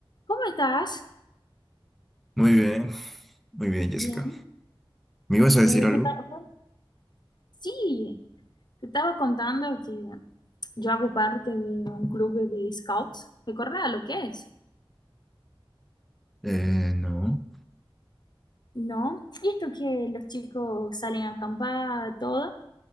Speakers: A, on the left; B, in the centre.
A: ¿Cómo estás?
B: Muy bien, muy bien, Jessica.
A: Bien.
B: ¿Me ibas a decir
A: Eh,
B: algo?
A: yo ta- sí, te estaba contando que yo hago parte de un club de scouts. ¿Recordás lo que es?
B: Eh, no.
A: ¿No? Y esto que los chicos salen a acampar, todo.